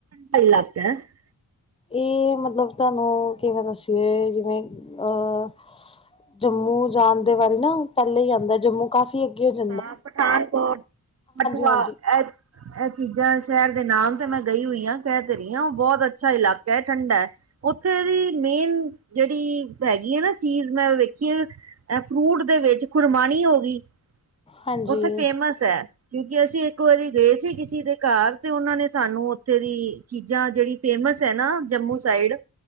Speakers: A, on the right; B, on the left.
A: <unintelligible>
B: ਇਹ ਮਤਲਬ ਤੁਹਾਨੂੰ ਕਿਵੇਂ ਦੱਸੀਏ ਜਿਵੇਂ ਅਹ। ਜੰਮੂ ਜਾਣ ਦੇ ਵੱਲ ਨਾ, ਪਹਿਲੇ ਹੀ ਆਉਂਦਾ ਜੰਮੂ। ਕਾਫੀ ਅੱਗੇ ਜ।
A: <unintelligible> ਪਠਾਨਕੋਟ, ਕਠੂਆ,
B: ਹਾਂਜੀ
A: <unintelligible> ਇਹ ਚੀਜ਼ਾਂ ਸ਼ਹਿਰ ਦੇ ਨਾਮ ਤੇ ਮੈਂ ਗਈ ਹੋਈ ਆਂ ਕਹਿ ਤੇ ਰਹੀ ਹਾਂ, ਉਹ ਬਹੁਤ ਅੱਛਾ ਇਲਾਕਾ ਐ ਠੰਡਾ ਐ। ਉੱਥੇ ਦੀ ਮੇਨ ਜਿਹੜੀ, ਹੈਗੀ ਹੈ ਨਾ ਚੀਜ਼ ਮੈਂ ਵੇਖੀ ਏ। ਇਹ ਫਰੂਟ ਦੇ ਵਿੱਚ ਖੁਰਮਾਣੀ ਹੋ ਗਈ,
B: ਹਾਂਜੀ
A: ਉੱਥੇ ਫੇਮਸ ਐ। ਕਿਉਂਕਿ ਅਸੀਂ ਇੱਕ ਵਾਰੀ ਗਏ ਸੀ ਕਿਸੇ ਦੇ ਘਰ ਤੇ ਉਹਨਾਂ ਨੇ ਸਾਨੂੰ ਉੱਥੇ ਦੀ, ਚੀਜ਼ਾਂ ਜਿਹੜੀ। ਫੇਮਸ ਹੈ ਨਾ ਜੰਮੂ ਸਾਈਡ।